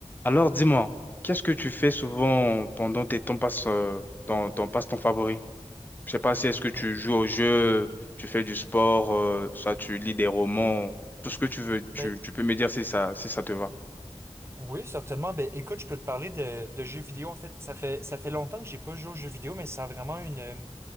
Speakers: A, on the left; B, on the right.
A: Alors dis-moi, qu'est-ce que tu fais souvent pendant tes temps passe, euh, ton, ton passe-temps favori? Je sais pas si est-ce que tu
B: Ben,
A: joues au jeu, tu fais du sport, euh, soit tu lis des romans, tout ce que tu veux, tu,
B: ben,
A: tu peux me dire si ça, si ça te va.
B: oui, certainement. Ben, écoute, je peux te parler de, de jeux vidéo. En fait, ça fait, ça fait longtemps que j'ai pas joué aux jeux vidéo, mais ça a vraiment une, euh,